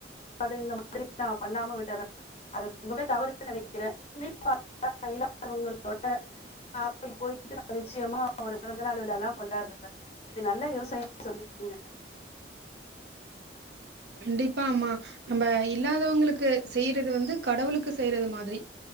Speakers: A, on the left; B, on the right.
A: டு இந்த மாதிரி நான் பண்ணாம விட்டுறேன் அது ரொம்பவே தவறு நினைக்கிறேன் இனிமேல் பார்த்தா இல்லாதவங்களோட அப்ப போய்ட்டு நான் நிச்சயமா ஒரு பிறந்தநாள் விழால்லாம் கொண்டாடுறேன் இது நல்ல யோசனையா சொல்லிருக்கீங்க
B: கண்டிப்பாமா நம்ம இல்லாதவங்களுக்கு செய்யறது வந்து கடவுளுக்கு செய்யறது மாதிரி